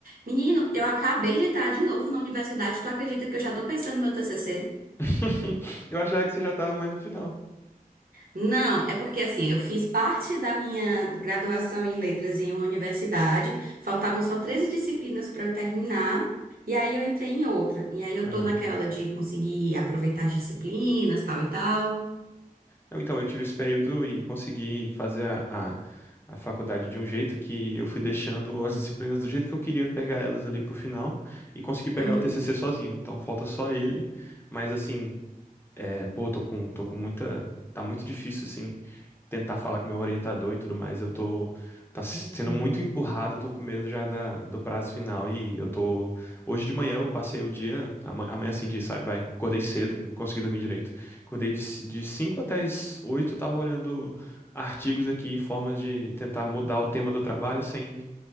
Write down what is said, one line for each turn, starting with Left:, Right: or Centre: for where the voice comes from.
Right: Menino, eu acabei de entrar de novo na universidade. Tu acredita que eu já tô pensando no meu TCC?
Left: <laughs> Eu achava que você já tava mais no final.
Right: Não, é porque assim, eu fiz parte da minha graduação em letras em uma universidade, faltavam só 13 disciplinas para eu terminar, e aí eu entrei em outra. E aí eu
Left: Aham.
Right: tô naquela de conseguir aproveitar as disciplinas, tal e tal.
Left: Não, então, eu tive esse período e consegui fazer a, a, a faculdade de um jeito que eu fui deixando as disciplinas do jeito que eu queria pegar elas ali pro final e consegui pegar
Right: Uhum.
Left: o TCC sozinho. Então, falta só ele. Mas, assim, é, pô, tô com, tô com muita. Tá muito difícil, assim. tentar falar com meu orientador e tudo mais, eu tô tá s-
Right: Hum.
Left: sendo muito empurrado, eu tô com medo já da, do prazo final e eu tô hoje de manhã eu passei o dia, ama- amanhã assim de sai, vai, acordei cedo, não consegui dormir direito. Acordei de c- de 5 até as 8, eu tava olhando artigos aqui, formas de tentar mudar o tema do trabalho sem